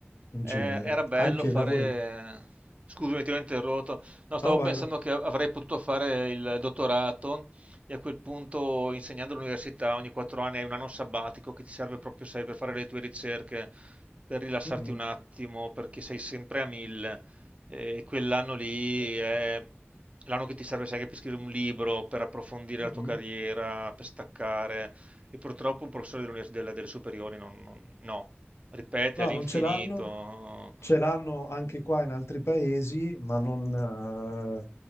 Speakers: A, on the left; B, on the right.
A: in
B: Eh,
A: genere.
B: era bello
A: Anche
B: fare...
A: i lavori.
B: Scusami, ti ho interrotto. No, stavo
A: No, vai,
B: pensando
A: vai.
B: che avrei potuto fare il dottorato e a quel punto, insegnando all'università, ogni quattro anni hai un anno sabbatico che ti serve proprio, sai, per fare le tue ricerche, per rilassarti
A: Mhm.
B: un attimo, perché sei sempre a mille. E quell'anno lì
A: Certo.
B: è l'anno che ti serve, sai, anche per scrivere un libro, per approfondire
A: Mhm.
B: la tua carriera, per staccare. E purtroppo un professore dell'univers- delle, delle superiori non, non- no, ripete
A: No,
B: all'infinito.
A: non ce l'hanno. Ce l'hanno anche qua in altri paesi, ma non... eh,